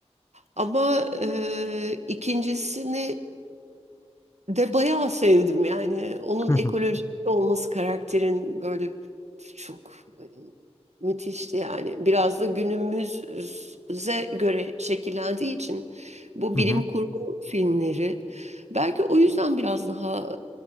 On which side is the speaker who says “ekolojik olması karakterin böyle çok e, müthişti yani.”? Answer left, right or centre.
Right